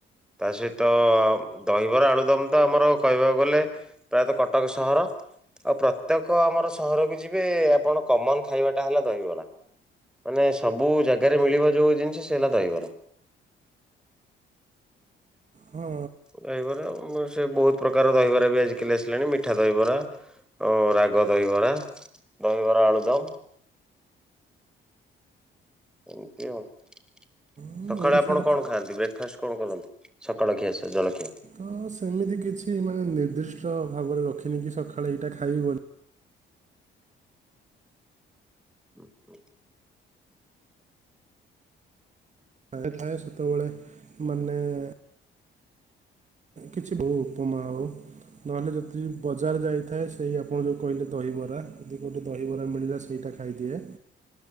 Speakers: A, in the centre; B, on the right.
A: ତା ସହିତ ଦହିବରା ଆଳୁଦମ୍ ତ ଆମର କହିବାକୁ ଗଲେ -- ପ୍ରାୟତଃ କଟକ ସହର -- ଆଉ ପ୍ରତ୍ୟେକ ଆମର ସହରକୁ ଯିବେ ଆପଣ କମନ୍ ଖାଇବାଟା ହେଲା- - ଦହିବରା। ମାନେ ସବୁ ଜାଗାରେ ମିଳିବ ଯୋଉ ଜିନିଷ ସେ ହେଲା ଦହିବରା।
B: ହଁ
A: ଦହିବରା ଉଁ -- ସେ ବହୁତ ପ୍ରକାର ଦହିବରା ବି ଆଜିକାଲି ଆସିଲାଣି ମିଠା ଦହିବରା ଅ ରାଗ ଦହିବରା। ଦହିବରା ଆଳୁଦମ୍ ଏମିତି ଆଉ- -
B: ହୁଁ,
A: ସକାଳେ
B: ଓଡ଼ିଶାରେ
A: ଆପଣ
B: ତ
A: କଣ ଖାଆନ୍ତି? ବ୍ରେକ୍‌ଫାଷ୍ଟ କଣ କରନ୍ତି, ସକାଳ ଖିଆ ଜଳଖିଆ?
B: ହଁ ସେମିତି କିଛି ମାନେ ନିର୍ଦ୍ଦିଷ୍ଟ ଭାବରେ ରଖିନି କି ସକାଳେ ଏଇଟା ଖାଇବ ବୋଲି।
A: ହୁଁ ହୁଁ
B: ରାଗି ଥାଏ। ସେତେବେଳେ ମାନେ- - କିଛି ବହୁ ଉପମା ଆଉ ନହେଲେ ଯଦି ବଜାର ଯାଇଥାଏ। ସେଇ ଆପଣ ଯୋଉ କହିଲେ ଦହିବରା। ଯଦି କଉଁଠି ଦହିବରା ମିଳିଲା ସେଇଟା -- ଖାଇଦିଏ।